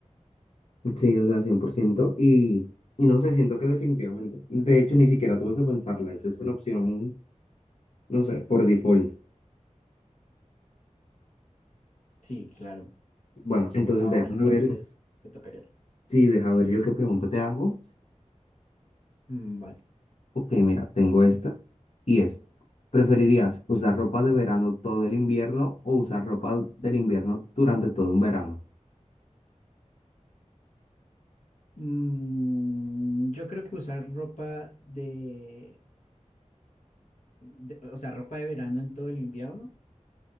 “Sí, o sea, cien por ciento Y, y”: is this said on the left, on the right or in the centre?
Left